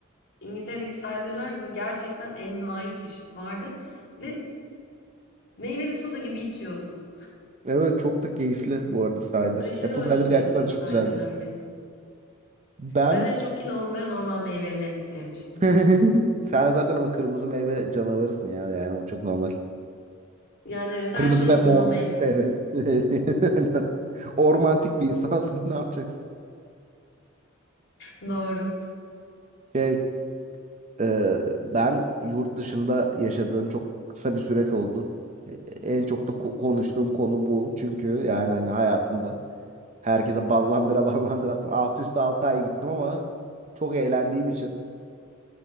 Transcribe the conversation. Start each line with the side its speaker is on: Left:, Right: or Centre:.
Left: İngiltere'deki cider'lar böyle gerçekten envai çeşit vardı ve meyveli soda gibi içiyorsun.
Right: Evet çok da keyifli bu arada cider.
Left: Aşırı
Right: Apple
Left: hoşuma
Right: cider gerçekten
Left: gidiyor
Right: de çok
Left: cider'lar
Right: güzeldir.
Left: benim.
Right: Ben
Left: Ben en çok yine onların orman meyvelilerini sevmiştim
Right: <laughs>
Left: tabii.
Right: Sen zaten ama kırmızı meyve canavarısın ya. Yani o çok normal.
Left: Yani evet her
Right: Kırmızı
Left: şeyin
Right: ve
Left: orman
Right: mor.
Left: meyvelisi.
Right: Evet. <laughs> Ormantik bir insansın. <laughs> Ne yapacaksın?
Left: <laughs> Doğru.
Right: Şey, e, ben yurt dışında yaşadığım çok kısa bir süreç oldu. E, En çok da ko- konuştuğum konu bu. Çünkü yani hani hayatımda herkese ballandıra ballandıra attım. Altı üstü 6 ay gittim ama çok eğlendiğim için.